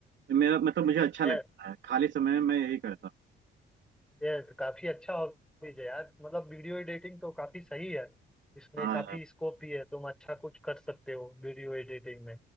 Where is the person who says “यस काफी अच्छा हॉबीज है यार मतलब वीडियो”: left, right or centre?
Centre